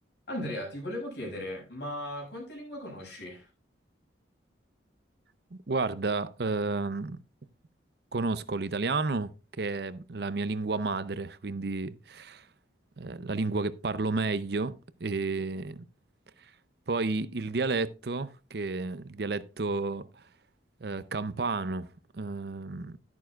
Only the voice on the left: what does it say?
Andrea, ti volevo chiedere, ma quante lingue conosci?